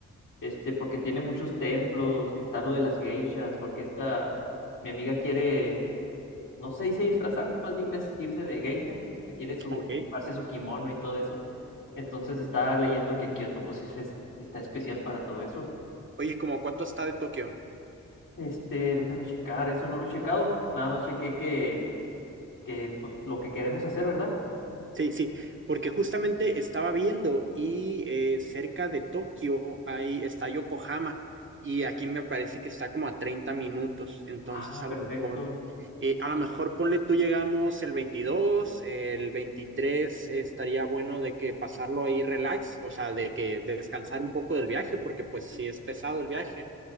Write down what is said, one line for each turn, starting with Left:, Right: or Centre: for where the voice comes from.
Left: este, porque tiene muchos templos, está lo de las geishas, porque esta, mi amiga quiere, no se dice disfrazar, más bien vestirse de geisha, se quiere su,
Right: Ok.
Left: comprarse su kimono y todo eso. Entonces estaba leyendo que Kioto, pues, es, es- está especial para todo eso.
Right: Oye, ¿cómo cuánto está de Tokio?
Left: Este, déjame checar, eso no lo he checado. Nada más chequé que, que pues lo que queremos hacer, ¿verdad?
Right: Sí, sí, porque justamente estaba viendo y eh, cerca de Tokio ahí está Yokohama y aquí me parece que está como a 30 minutos, entonces
Left: Ah,
Right: a
Left: perfecto.
Right: lo mejor, eh, a lo mejor ponle tú llegamos el 22, el 23 estaría bueno de que pasarlo ahí relax, o sea, de que descansar un poco del viaje, porque pues sí es pesado el viaje,